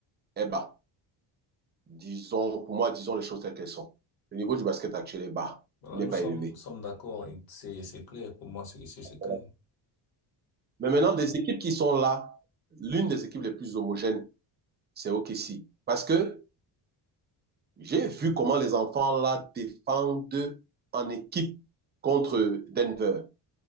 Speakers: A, on the right; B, on the left.
A: est bas. Disons, pour moi, disons les choses telles qu'elles sont. Le niveau du basket actuel est bas,
B: Voilà,
A: il n'est
B: nous
A: pas
B: sommes,
A: élevé.
B: nous sommes d'accord et c'est, c'est clair. Pour moi, c'est, c'est, c'est clair.
A: Voilà. Mais maintenant, des équipes qui sont là, l'une des équipes les plus homogènes, c'est OKC. Parce que J'ai vu comment les enfants là défendent en équipe contre Denver.